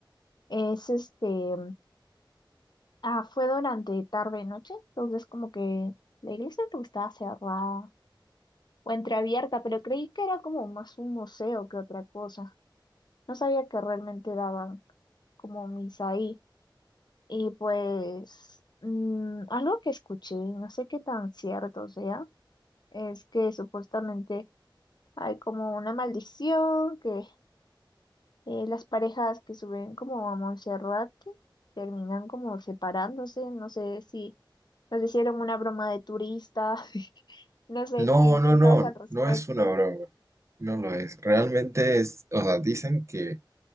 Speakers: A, on the left; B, on the right.
A: es este, ah, fue durante tarde noche, entonces como que la iglesia como estaba cerrada o entreabierta, pero creí que era como más un museo que otra cosa. No sabía que realmente daban como misa ahí. Y pues mm, algo que escuché, no sé qué tan cierto sea es que supuestamente hay como una maldición, que eh, las parejas que suben como a Monserrate terminan como separándose, no sé si nos hicieron una broma de turista, <laughs> no sé
B: No,
A: qué,
B: no,
A: qué
B: no,
A: sabes al respecto.
B: no es una broma, no lo es. Realmente es, o sea, dicen que